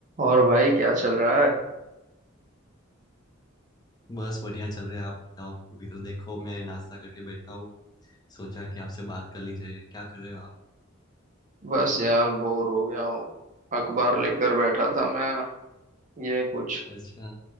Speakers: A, on the right; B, on the left.
A: और भाई क्या चल रहा है
B: बस बढ़िया चल रहा है आप बताओ अभी तो देखो मैं नाश्ता करके बैठा हूँ सोचा कि आपसे बात कर ली जाए क्या कर रहे हो आप
A: बस यार बोर हो गया हूँ अखबार लेकर बैठा था मैं ये कुछ
B: अच्छा